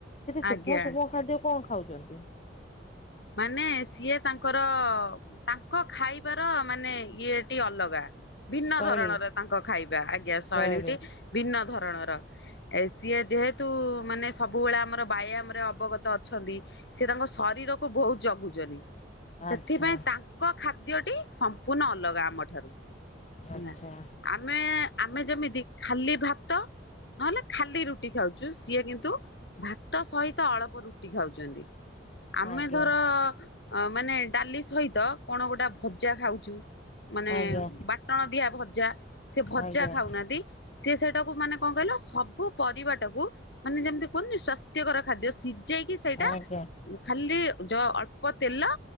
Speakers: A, on the left (about 35°); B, on the left (about 65°).
A: ସେଠି ସୂକ୍ଷ୍ମ
B: ଆଜ୍ଞା
A: ସୁକ୍ଷ୍ମ ଖାଦ୍ୟ କଣ ଖାଉଛନ୍ତି?
B: ମାନେ ସିଏ ତାଙ୍କର ତାଙ୍କ ଖାଇବାର ମାନେ ଇଏଟି ଅଲଗା। ଭିନ୍ନ
A: ଶୈଳୀ
B: ଧରଣର ତାଙ୍କ ଖାଇବା ଆଜ୍ଞା, ଶୈଳୀଟି
A: ଶୈଳୀ
B: ଭିନ୍ନ ଧରଣର। ଏ ସିଏ ଯେହେତୁ ମାନେ ସବୁବେଳେ ଆମର ବ୍ୟାୟାମ୍ ରେ ଅବଗତ ଅଛନ୍ତି। ସିଏ ତାଙ୍କ ଶରୀରକୁ ଭୋଉତ୍ ଜଗୁଚନ୍ତି, ସେଥିପାଇଁ
A: ଆଚ୍ଛା
B: ତାଙ୍କ ଖାଦ୍ୟଟି ସମ୍ପ ପୂର୍ଣ୍ଣ ଅଲଗା ଆମଠାରୁ। ହେଲା।
A: ଅଚ୍ଛା।
B: ଆମେ ଆମେ ଯେମିତି ଖାଲି ଭାତ ନହେଲେ ଖାଲି ରୁଟି ଖାଉଛୁ, ସିଏ କିନ୍ତୁ ଭାତ ସହି ତ ଅଳପ ରୁଟି ଖାଉଛନ୍ତି। ଆମେ
A: ଆଜ୍ଞା।
B: ଧର ମାନେ ଡାଲି ସହିତ କ ଣ ଗୋଟା ଭଜା ଖାଉଛୁ, ମାନେ
A: ଆଜ୍ଞା
B: ବା ଫୁଟଣ ଦିଆ ଭଜା ସେ ଭଜା
A: ଆଜ୍ଞା
B: ଖାଉନାହାଁନ୍ତି। ସିଏ ସେଇଟାକୁ ମାନେ କଁ କଇଲ ସବୁ ପରିବାଟାକୁ ମାନେ ଯେମିତି କୁହନ୍ତିନି ସ୍ଵାସ୍ଥ୍ୟକର ଖାଦ୍ୟ ସିଝେଇକି ସେଇଟା
A: ଆଜ୍ଞା
B: ଖାଲି ଯ ଅଳ୍ପ ତେଲ